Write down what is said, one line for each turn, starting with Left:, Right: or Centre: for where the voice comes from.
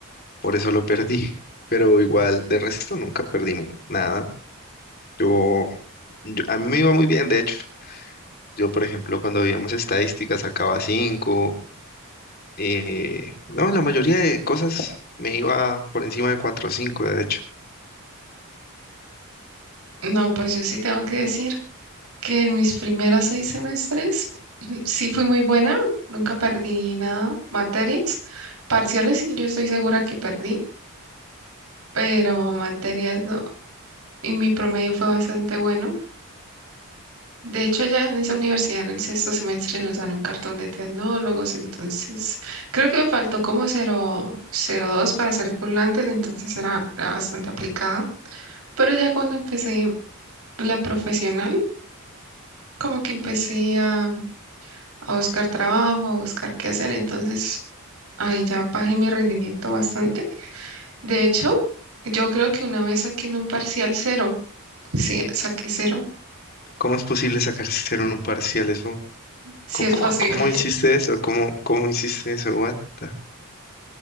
Left: por eso lo perdí. Pero igual, de resto nunca perdí nu- nada. Yo, yo- a mí me iba muy bien, de hecho. Yo, por ejemplo, cuando veíamos estadísticas sacaba cinco. Eh, no, la mayoría de cosas me iba por encima de 4 o 5, de hecho.
Right: No, pues yo sí tengo que decir que en mis primeros seis semestres mm, sí fui muy buena, nunca perdí nada, materias, parciales sí, yo estoy segura que perdí, pero materias no, y mi promedio fue bastante bueno. De hecho, ya en esa universidad, en el sexto semestre, nos dan un cartón de tecnólogos, entonces creo que me faltó como cero cero dos para ser culante, entonces era, era bastante aplicada. Pero ya cuando empecé la profesional, como que empecé a a buscar trabajo, a buscar qué hacer. Entonces, ahí ya bajé mi rendimiento bastante. De hecho, yo creo que una vez saqué en un parcial cero, sí, saqué cero,
Left: ¿Cómo es posible sacar cero en un parcial? Eso,
Right: sí
Left: co-
Right: es
Left: co-
Right: posible.
Left: ¿cómo,
Right: <laughs>
Left: hiciste eso? ¿Cómo, cómo hiciste eso? What the-